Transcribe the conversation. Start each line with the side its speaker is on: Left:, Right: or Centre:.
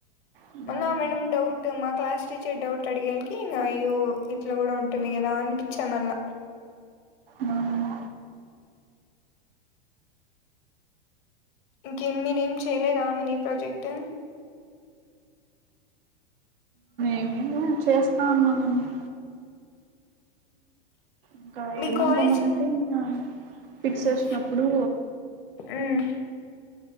Right: మ్మ్ మ్మ్
Left: మన మేడం డౌట్ మా క్లాస్ టీచర్ డౌట్ అడిగాన్ అయ్యో ఇట్లా కూడా ఉంటుంది గదా అని చెమల
Right: మ్మ్
Left: ఇంకేం మీనేం చేయలేదా మీనే ప్రాజెక్ట్
Right: ేమ చేస్తా ఉన్నావీ ఇంకా
Left: మీ
Right: ఏమనుకున్నామంటే
Left: కాలేజ్
Right: ఆ పిట్స
Left: ఉమ్
Right: వస్ినప్పుడు
Left: ఉమ్